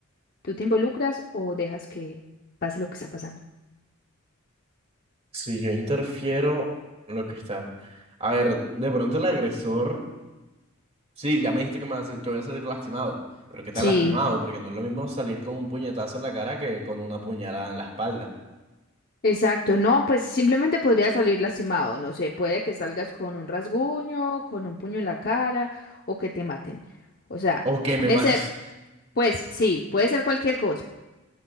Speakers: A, on the left; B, on the right.
A: ¿Tú te involucras o dejas que pase lo que está pasando?
B: Si yo interfiero, lo que está. A ver, de pronto el agresor. Sí, ya me dijiste que, me va a sal- que voy a salir lastimado. Pero ¿qué tan
A: Sí,
B: lastimado? Porque no es lo mismo salir con un puñetazo en la cara que con una puñalada en la espalda.
A: exacto. No, pues simplemente podría salir lastimado. No sé, puede que salgas con un rasguño, con un puño en la cara o que te maten. O sea,
B: O que me
A: puede
B: mates.
A: ser,
B: <laughs>
A: pues sí, puede ser cualquier cosa.